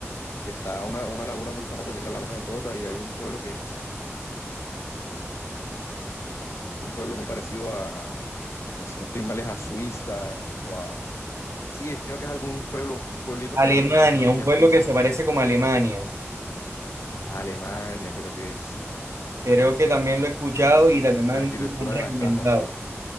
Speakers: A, on the left; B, on the right.
A: que está una, una laguna muy famosa que es la Laguna de Tota y hay un pueblo que es un pueblo muy parecido a, a- no sé, si no estoy mal, es a Suiza o a... Sí, es, creo que es algún pueblo, un pueblito
B: Alemania,
A: que es algo parecido así
B: un
A: a
B: pueblo
A: Suiza,
B: que se parece como Alemania,
A: a Alemania, creo que es
B: creo que también lo he escuchado y también me
A: la
B: han,
A: arquitectura
B: me han recomendado.
A: de las casas, sí.